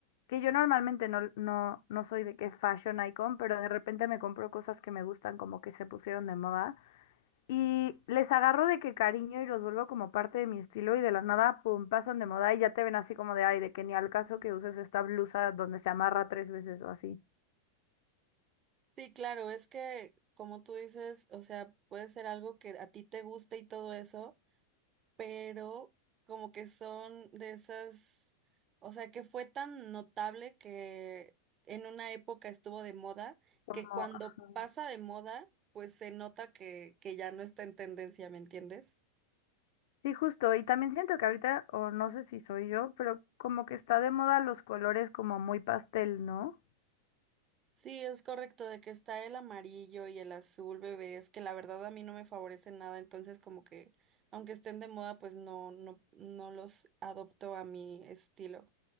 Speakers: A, on the left; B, on the right.
A: que yo normalmente no, no, no soy de que fashion icon, pero de repente me compro cosas que me gustan como que se pusieron de moda. Y les agarro de que cariño y los vuelvo como parte de mi estilo y de la nada, pum, pasan de moda y ya te ven así como de, ay, de que ni al caso que uses esta blusa donde se amarra tres veces o así.
B: Sí, claro, es que como tú dices, o sea, puede ser algo que a ti te guste y todo eso, pero como que son de esas, o sea, que fue tan notable que en una época estuvo de moda,
A: Como,
B: que cuando
A: ajá.
B: pasa de moda, pues se nota que, que ya no está en tendencia, ¿me entiendes?
A: Sí, justo. Y también siento que ahorita, o no sé si soy yo, pero como que está de moda los colores como muy pastel, ¿no?
B: Sí, es correcto, de que está el amarillo y el azul, bebé, es que la verdad a mí no me favorece nada, entonces como que aunque estén de moda, pues no, no, no los adopto a mi estilo.